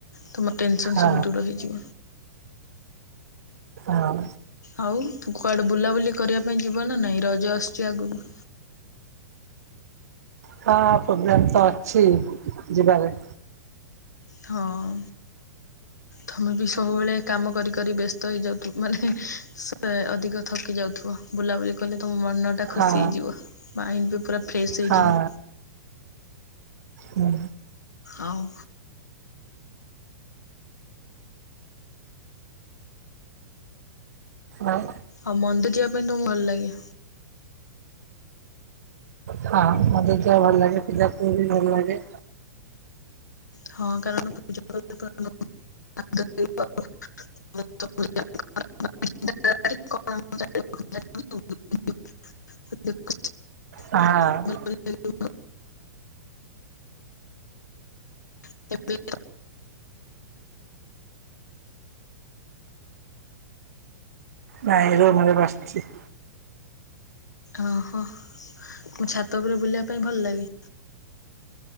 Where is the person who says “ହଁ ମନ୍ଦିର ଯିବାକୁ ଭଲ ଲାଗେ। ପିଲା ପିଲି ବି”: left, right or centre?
Right